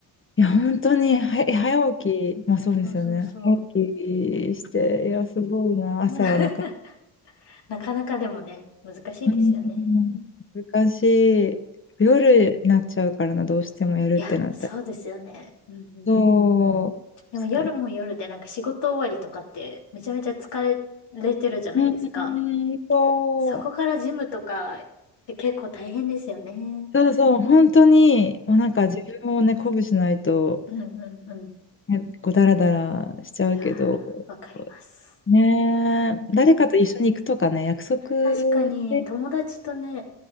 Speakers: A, on the left (about 25°); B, on the left (about 60°).
A: いや、本当に、は、
B: うん
A: 早起き、まあそうですよね。
B: そうそうそう。
A: 早起きして、いや、すごいな。朝、
B: <laughs>
A: なんか、
B: なかなかでもね、難しいですよね。
A: うん、難しい。夜になっちゃうからな、どうしてもやるってなったら。
B: いや、そうですよね。うんうんうん。
A: そう、
B: でも夜も夜でなんか仕事終わりとかってめちゃめちゃ疲れてるじゃないですか。
A: 難しい。うん、そう。
B: そこからジムとかって結構大変ですよね。
A: そうそう、本当に、
B: うん。
A: もうなんか自分をね、鼓舞しないと、
B: うんうんうん。
A: ね、こう、だらだらしちゃうけど、
B: いやー、わかります。
A: ねえ、
B: うんうん、
A: 誰かと一緒に行くとかね、約束
B: 確かに友達とね、
A: して、